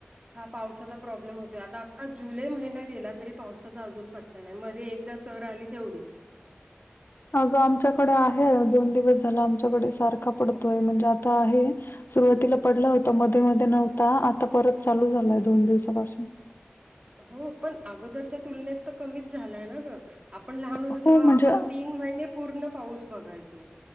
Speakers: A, on the right; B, on the left.
A: हा पावसाचा प्रॉब्लेम होतोय आता अखखा जुलै महिन गेला तरी पावसाचा अजून प त्या नाही मध्ये एकदा सर आली तेवढीच
B: अगं आमच्याकडे आहे दोन दिवस झाला आमच्याकडे सारखा पडतोय म्हणजे आता आहे सुरुवातीला पडला होता मध्ये मध्ये नव्हता आता परत चालू झालाय दोन दिवसापासून
A: हो पण अगोदरच्या तुलनेत तर कमीच झालाय ना ग आपण लहान होतो
B: हो
A: तेव्हा
B: म्हणजे
A: आपण तीन महिने पूर्ण पाऊस बघायचो